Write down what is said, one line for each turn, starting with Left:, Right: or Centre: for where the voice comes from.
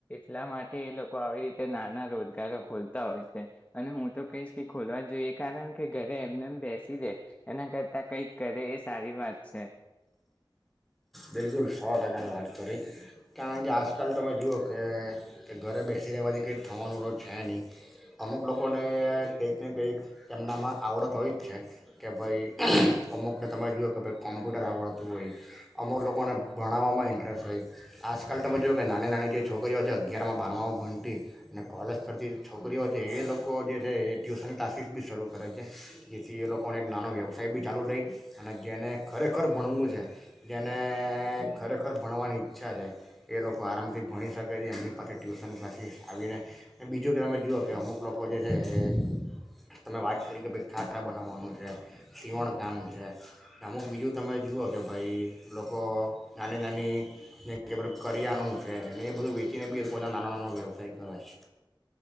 Left: એટલા માટે એ લોકો આવી રીતે નાના રોજગારો ખોલતા હોય છે અને હું તો કહીશ કે ખોલવા જ જોઈએ કારણ કે ઘરે એમને એમ બેસી રહે એના કરતા કઈક કરે એ સારી વાત છે.
Centre: બિલકુલ સો ટકાની વાત કરી કારણ કે આજકાલ તમે જુઓ કે ઘરે બેસી રહેવાથી કંઈ થવાનું તો છે નહીં અમુક લોકોને ને કંઈક ને કંઈક એમનામાં આવડત હોય જ છે. ભઈ અમુકને તમે જુઓ કે ભાઈ કોમ્પ્યુટર આવડત દુબઈ બોલો. લોકોને ભણાવવામાં ઇન્ટરેસ્ટ હોય. આજકાલ તમે જો કે નાના નાની જે છોક છોકરીઓ છે અગિયારમાં બારમાં ભણતી અને કોલેજ ભણતી છોકરીઓ છે એ લોકો જે છે એ ટ્યુશન ક્લાસીસ બી શરૂ કરે છે જેથી એ લોકોને એક નાનો વ્યવસાય બી ચાલુ રહી અને જેને ખરેખર ભણવું છે. જેને ખરેખર ભણવાની ઈચ્છા છે. એ લોકો આરામથી ભણી શકે છે એમની પાસે ટ્યુશન ક્લાસીસ આવીને બીજું પછી જુઓ કે અમુક લોકો જે છે એ તમે વાત કરી કે ભાઈ ખાખરા બનાવવાનું છે સીવણ કામ છે અમુક બીજું તમે જુઓ કે ભાઈ લોકો નાની નાની કરિયાણું છે ને એ બધું વેચીને બી નાના નાના નાના વ્યવસાય કરે છે